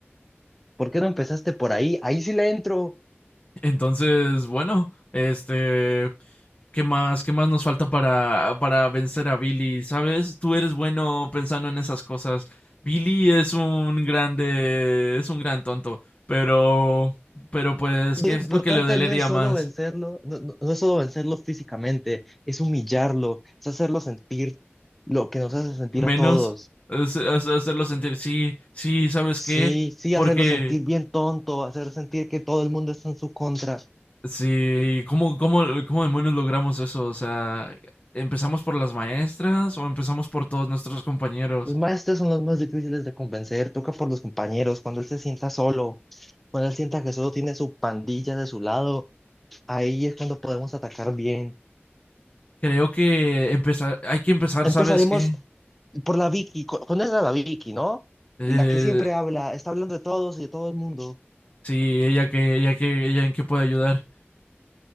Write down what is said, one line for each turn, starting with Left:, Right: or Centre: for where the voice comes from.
Centre: ¿Por qué no empezaste por ahí? Ahí sí le entro.
Left: Entonces, bueno, este, ¿qué más, qué más nos falta para, para vencer a Billy? ¿Sabes? Tú eres bueno pensando en esas cosas. Billy es un grande, es un gran tonto, pero, pero pues,
Centre: Lo
Left: ¿qué
Centre: importante
Left: es lo que le dolería
Centre: no es solo
Left: más?
Centre: vencerlo, no, no- no es solo vencerlo físicamente, es humillarlo, es hacerlo sentir lo que nos hace sentir
Left: Menos
Centre: a todos.
Left: Es- es hacerlo sentir, sí, sí, ¿sabes
Centre: Sí,
Left: qué?
Centre: sí,
Left: Porque,
Centre: hacerlo sentir bien tonto, hacer sentir que todo el mundo está en su contra.
Left: sí, ¿cómo, cómo, cómo demonios logramos eso? O sea, ¿empezamos por las maestras o empezamos por todos nuestros compañeros?
Centre: Los maestros son los más difíciles de convencer, toca por los compañeros, cuando él se sienta solo, cuando él sienta que solo tiene su pandilla de su lado, ahí es cuando podemos atacar bien.
Left: creo que empezar, hay que empezar,
Centre: Empezaremos
Left: ¿sabes qué?
Centre: Por la Vicky, co- ¿conoces a la Vicky, ¿no?
Left: Eh,
Centre: La que siempre habla, está hablando de todos y de todo el mundo.
Left: sí, ella que, ella que, ella en qué puede ayudar.